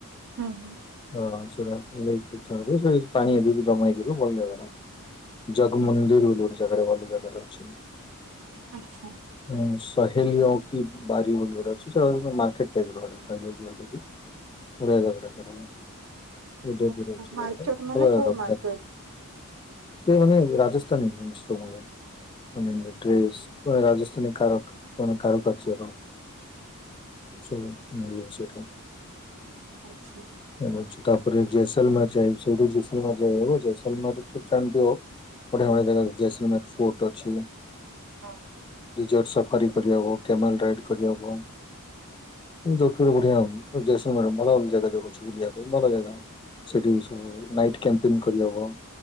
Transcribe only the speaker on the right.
ହୁଁ ହୁଁ।
ଆଚ୍ଛା
ଆଛା।
ଆଚ୍ଛା
ମାର୍କେଟ ମାନେ
କୋଉ ମାର୍କେଟ
ହଁ
ଆଛ।
ହଁ